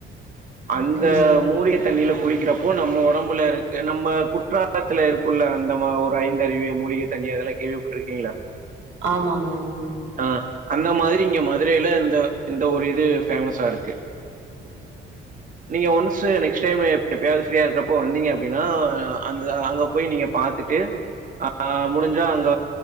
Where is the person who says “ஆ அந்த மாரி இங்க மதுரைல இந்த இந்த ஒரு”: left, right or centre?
Right